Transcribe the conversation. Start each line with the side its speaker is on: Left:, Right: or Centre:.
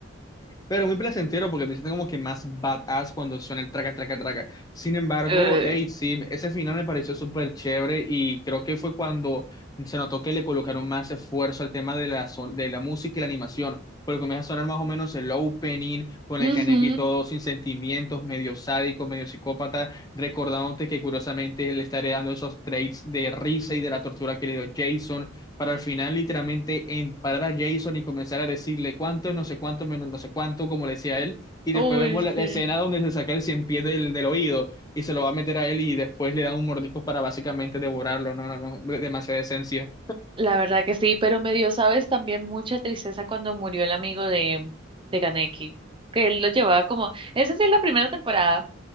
Left: Pero muy placentero porque te sientes como que más badass cuando suena el traca, traca, traca. Sin embargo,
Right: Eh,
Left: hey, sí, ese final me pareció súper chévere y creo que fue cuando se notó que le colocaron más esfuerzo al tema de la, son- de la música y la animación. Porque comienza a sonar más o menos el opening con el
Right: Ujú.
Left: Kaneki todo sin sentimientos, medio sádico, medio psicópata, recordándote que curiosamente le estaré dando esos traits de risa y de la tortura que le dio Jason para al final literalmente emparar a Jason y comenzar a decirle cuánto, es no sé cuánto, menos no sé cuánto, como le decía él, y después
Right: Uy,
Left: vemos
Right: sí.
Left: la, la escena donde se saca el cien pies del, del oído y se lo va a meter a él y después le dan un mordisco para básicamente devorarlo, no, no, no, demasiada esencia.
Right: La verdad que sí, pero me dio, ¿sabes? También mucha tristeza cuando murió el amigo de, de Kaneki, que él lo llevaba como, esa sí es la primera temporada,